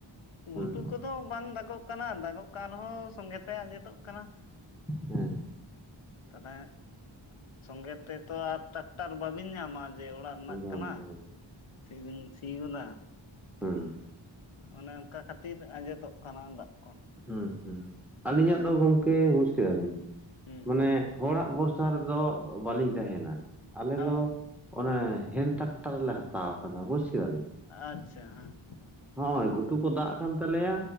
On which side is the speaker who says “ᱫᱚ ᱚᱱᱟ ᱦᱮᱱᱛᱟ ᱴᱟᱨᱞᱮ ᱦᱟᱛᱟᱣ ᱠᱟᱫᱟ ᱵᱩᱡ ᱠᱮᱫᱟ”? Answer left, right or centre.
Centre